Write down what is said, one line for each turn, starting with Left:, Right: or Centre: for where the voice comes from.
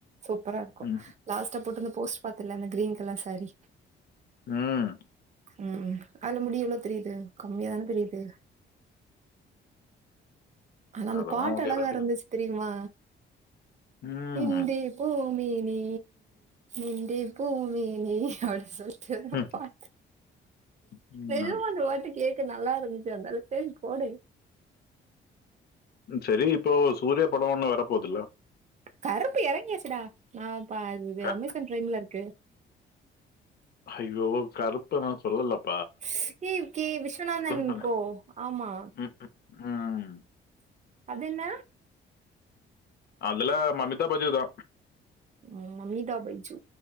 Right: சூப்பரா இருக்கு
Left: ம்,
Right: லாஸ்டா போட்ருந்த போஸ்ட் பாத்தேல அந்த கிரீன் கலர் சாரி
Left: ம்
Right: ம் அதுல முடி எவ்ளோ தெரியுது கம்மியாதானே தெரியுது ஆனா அந்த
Left: அதெல்லாம்
Right: பாட்டு
Left: ஓகே
Right: அழகா
Left: தாண்டி
Right: இருந்துச்சு தெரியுமா
Left: ம்,
Right: அ இந்தே போ மேனே எந்தே பூமேனே அப்படி சொல்
Left: ம்,
Right: பாட்டு
Left: ம்.
Right: நெஜமா அந்த பாட்டு கேக் க்கு நல்லா இருந்துச்சு அந்தால <unintelligible>
Left: செரி இப்போ சூரியா படோ ஒண்ணு வர போதுல்ல
Right: கருப்பு எறங்கிருச்சுடா நா அப்ப அது
Left: க-
Right: அமேசான் ப்ரைம்ல இருக்கு
Left: அய்யோ கருப்ப நா சொல்லலப்
Right: ஸ் ஏ கே விஸ்வநாதன் அண்ட்
Left: சொன்னேன்
Right: கோ ஆமா
Left: ம், ம், ம்
Right: அது என்ன
Left: அதுல மமிதா பஜு தா
Right: ம் மமிதா பைஜூ